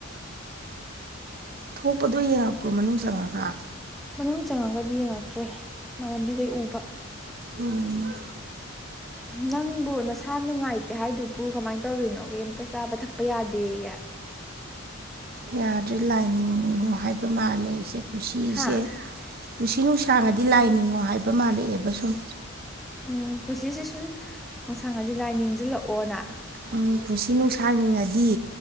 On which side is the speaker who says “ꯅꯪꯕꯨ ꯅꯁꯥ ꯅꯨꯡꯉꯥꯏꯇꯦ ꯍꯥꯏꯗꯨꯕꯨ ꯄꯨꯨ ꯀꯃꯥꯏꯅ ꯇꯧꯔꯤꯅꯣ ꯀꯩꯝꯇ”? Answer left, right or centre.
Centre